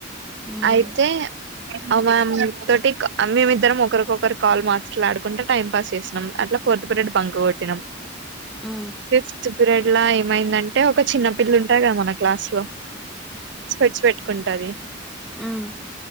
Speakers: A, in the centre; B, on the right (about 60°).
A: ఉమ్
B: అయితే ఆ మ్యామ్ తోటి మేమిద్దరం ఒకరికొకరు కాల్ మాట్లాడుకుంట టైం పాస్ చేసినాం అట్లా ఫోర్త్ పీరియడ్ బంకు కొట్టినం
A: ఉమ్
B: ఫిఫ్త్ పీరియడ్ లా ఏమైందంటే ఒక చిన్న పిల్ల ఉంటాయి కదా మన క్లాస్ లో స్పెడ్స్ పెట్టుకుంటది
A: ఉమ్